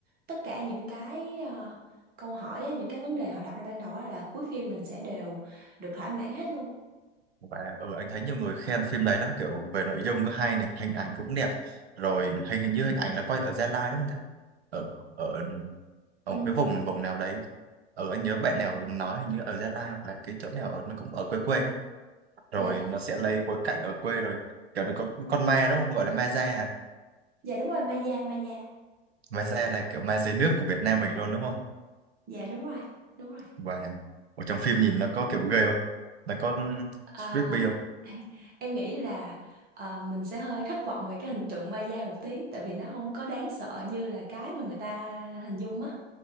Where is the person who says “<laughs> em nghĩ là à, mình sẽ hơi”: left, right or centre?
Right